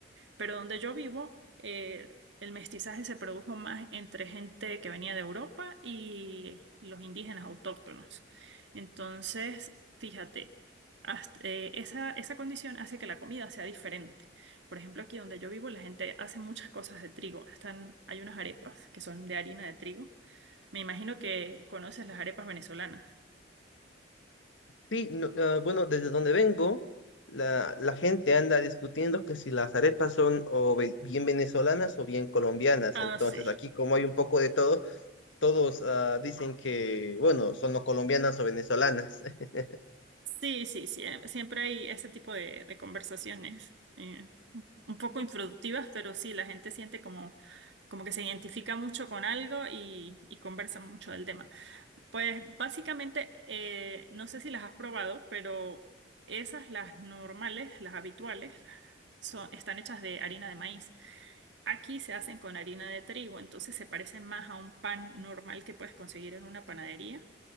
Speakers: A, on the right (about 70°); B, on the left (about 80°).
A: pero donde yo vivo, eh, el mestizaje se produjo más entre gente que venía de Europa y los indígenas autóctonos. Entonces, fíjate, hasta- eh, esa, esa condición hace que la comida sea diferente. Por ejemplo, aquí donde yo vivo, la gente hace muchas cosas de trigo. Están, hay unas arepas que son de harina de trigo. Me imagino que conoces las arepas venezolanas.
B: Sí, no, ah, bueno, desde donde vengo, la, la gente anda discutiendo que si las arepas son o ve- bien venezolanas o bien colombianas.
A: Ah,
B: Entonces,
A: sí.
B: aquí como hay un poco de todo, todos ah, dicen que, bueno, son o colombianas o venezolanas. <laughs>
A: Sí, sí, sí. Siempre hay ese tipo de, de conversaciones. eh, un poco improductivas, pero sí, la gente siente como, como que se identifica mucho con algo y, y conversa mucho del tema. Pues básicamente, eh, no sé si las has probado, pero esas, las normales, las habituales, las- son, están hechas de harina de maíz. Aquí se hacen con harina de trigo, entonces se parecen más a un pan normal que puedes conseguir en una panadería,